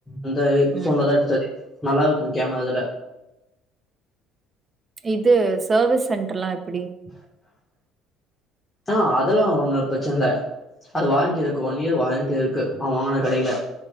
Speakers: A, on the left (about 20°); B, on the right (about 30°).
A: அந்த ஃபோன்லதா
B: ம்.
A: எடுத்தது நல்லா இருக்கு கேமரா அதுல
B: இது சர்வீஸ் சென்ட்ருலா எப்டி
A: <inaudible> ஆ அதுல்லா ஒன்னுல பிரச்சன்ல அது வாரண்ட்டி இருக்கு ஒன் இயர் வாரண்ட்டி இருக்கு நான் வாங்குன கடைல